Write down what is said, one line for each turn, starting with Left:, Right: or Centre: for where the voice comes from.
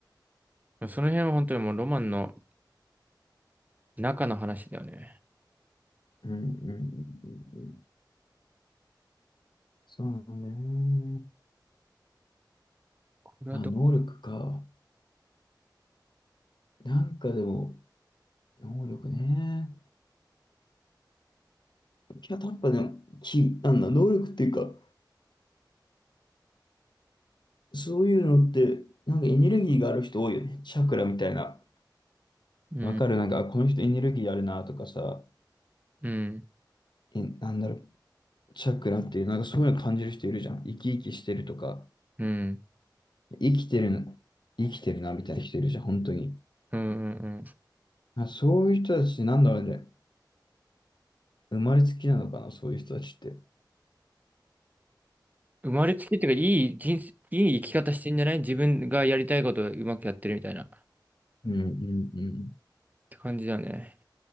Right: その辺は本当にもうロマンの中の話だよね。
Left: うんうんうんうんうん。そうなんだよね。
Right: これはど、
Left: まあ能力か。なんかでも、能力ね。キャタッパでもき、なんだ、能力っていうか、そういうのって、なんかエネルギーがある人多いよね。チャクラみたいな。
Right: うん、
Left: わかるなんか、あこの人エネルギーあるなとかさ、
Right: うん、
Left: え、なんだろう、チャクラっていう、なんかそういうの感じる人いるじゃん。生き生きしてるとか、
Right: うん、
Left: 生きてる生きてるなみたいな人いるじゃん、本当に。
Right: うん、うん。うん
Left: あ、そういう人たち、なんだろうね、生まれつきなのかな、そういう人たちって。
Right: 生まれつきっていうか、いい人生、いい生き方してんじゃない自分がやりたいことをうまくやってるみたいな。っ
Left: うんうんうん。
Right: て感じだよね。